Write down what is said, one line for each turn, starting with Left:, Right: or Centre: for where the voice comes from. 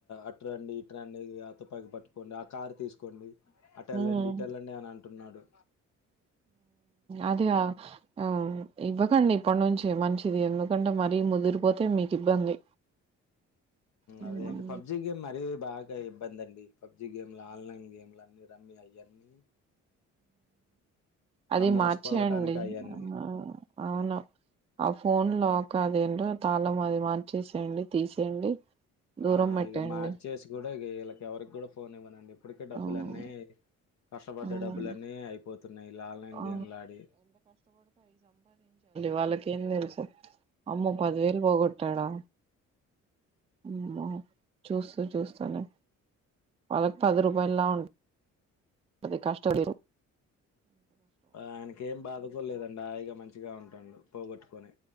Left: అట్రండి ఇట్రండి ఆ తుపాకి పట్టుకోండి ఆ కార్ తీసుకోండి అటెల్లండి
Right: ఉమ్.
Left: ఇటెలండి అని అంటున్నాడు
Right: అదే ఆ ఇవ్వకండి ఇప్పటి నుంచి మంచిది ఎందుకంటే మరీ ముదిరిపోతే మీ కు ఇబ్బంది హ్మ్
Left: అదే అండి పబ్జి గేమ్ మరీ బాగా ఇబ్బంది అండి పబ్జి గేమ్లు ఆన్లైన్ గేమ్లు అన్ని రమ్మీ అయ్యాన్ని
Right: అది
Left: మోసపోవటానికి
Right: మార్చేయండి
Left: అయన్నీ
Right: ఆ అవును ఆ ఫోన్ లోలాక్ అది ఏంటో తాళం అది మార్చేసేయండి తీసేయండి దూరం
Left: ఆ
Right: పెట్టేయండి
Left: ఇక మార్చేసి కూడా ఇవీలాకి ఎవరికి కూడా ఫోన్ ఇవ్వనండి ఇప్పటికే డబ్బులు
Right: మ్మ్.
Left: అన్నాయి కష్టపడ్డ
Right: మ్మ్.
Left: డబ్బులున్నీ అయిపోతున్నాయి ఇలా ఆన్లైన్
Right: ఆ
Left: గేమ్లు ఆడి
Right: వాళ్ళకి ఏం తెలుసు అమ్మో పదివేలు పోగొట్టాడా అమ్మో చూస్తూ చూస్తూనే వాళ్ళకి పది రూపాయలులా ఉంట అది కష్ట లేరు
Left: ఆయనకి ఏం బాధకోలేదండి హాయిగా మంచిగా ఉంటాండు పోగొట్టుకొని